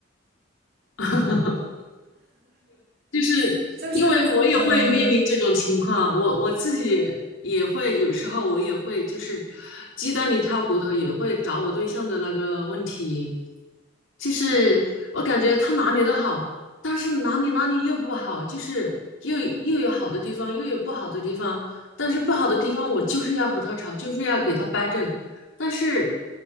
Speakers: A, on the left; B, on the right.
A: <laughs> 就是因为我也会面临这种情况，
B: 就是呃，
A: 我我自己也会有时候我也会就是鸡蛋里挑骨头，也会找我对象的那个问题。就是我感觉他哪里都好，但是哪里哪里又不好，就是又又有好的地方，又有不好的地方。但是不好的地方，我就是要和他吵，就是要给他掰正。但是